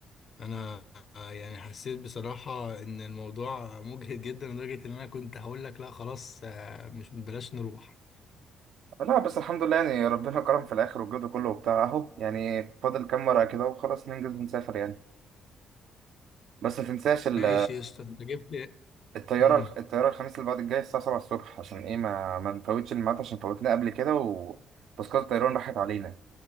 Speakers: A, on the left (about 50°); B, on the right (about 75°).
A: انا آه، يعني حسيت بصراحه ان الموضوع مجهد جدا لدرجه ان انا كنت هقول لك لا خلاص آه، مش بلاش نروح
B: لا بس الحمد لله يعني ربنا كرم في الاخر والجد كله وبتاع اهو يعني فاضل كام ورقة كده وخلاص ننجز ونسافر يعني بس ما تنساش ال-
A: ماشي يا اسطى انت جبت لي
B: الطيارة
A: مم.
B: الطيارة الخميس اللي بعد الجاي الساعة 7 الصبح عشان ايه ما ما نفوتش الميعاد عشان فوتنا قبل كده وتذكرة الطيران راحت علينا